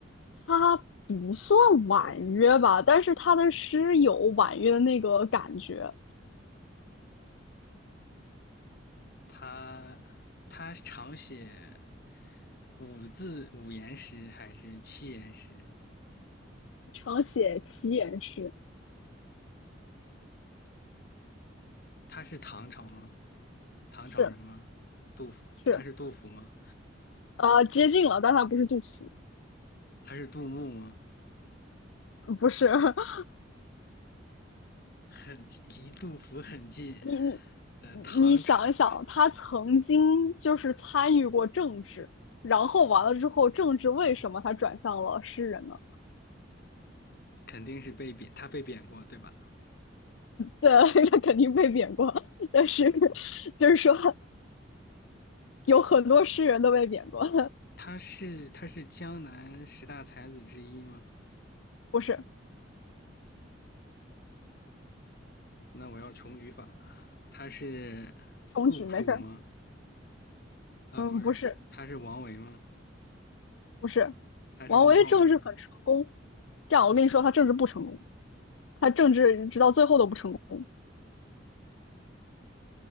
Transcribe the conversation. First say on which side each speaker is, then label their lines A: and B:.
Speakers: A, on the left (about 80°); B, on the left (about 55°).
A: 他不算婉约吧，但是他的诗有婉约的那个感觉，
B: 他他常写五字五言诗还是七言诗？
A: 常写齐言诗，
B: 他是唐朝吗？唐朝人吗？
A: 是
B: 杜甫，
A: 是，
B: 他是杜甫吗？
A: 呃，接近了，但他不是杜甫，
B: 他是杜牧吗？
A: 不是。<laughs>
B: 很离杜甫很近
A: 你你
B: 的唐朝诗人，
A: 你想一想，他曾经就是参与过政治，然后完了之后，政治为什么他转向了诗人呢？
B: 肯定是被贬，他被贬过，对吧？
A: 对，<laughs> 他肯定被贬过，但是就是说，有很多诗人都被贬过，<laughs>
B: 他是他是江南十大才子之一吗？
A: 不是
B: 那我要穷举法了。他是
A: 重举，
B: 杜甫吗？
A: 没事儿，
B: 啊，
A: 嗯，
B: 不是，
A: 不是
B: 他是王维吗？
A: 不是，
B: 还是孟浩然吗？
A: 王维政治很成功，这样我跟你说，他政治不成功，他政治直到最后都不成功。